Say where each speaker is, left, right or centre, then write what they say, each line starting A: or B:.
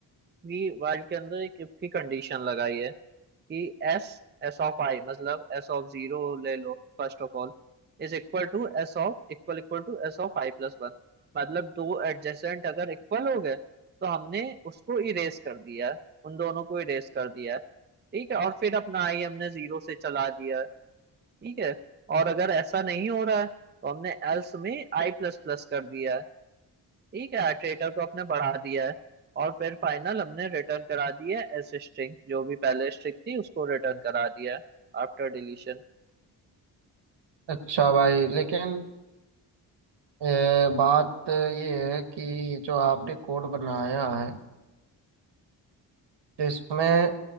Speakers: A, on the right; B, on the right.
A: कि while के अंदर एक इफ की कंडीशन लगाई है कि एस एस ऑफ आई मतलब एस ऑफ जीरो ले लो first of all is equal to S of equal equal to S of I plus one मतलब दो एडजेसेंट अगर इक्वल हो गए तो हमने उसको इरेज कर दिया है उन दोनों को इरेज कर दिया है ठीक है और फिर अपना आई हमने जीरो से चला दिया है ठीक है और अगर ऐसा नहीं हो रहा है तो हमने एल्स में आई प्लस प्लस कर दिया है ठीक है ट्रेकर को अपने बढ़ा दिया है और फिर फाइनल हमने रिटर्न करा दी है एस स्ट्रिंग जो भी पहले स्ट्रिंग थी उसको रिटर्न करा दिया है आफ्टर डिलीशन
B: अच्छा भाई लेकिन अ, बात ये है कि जो आपने कोड बनाया है तो इसमें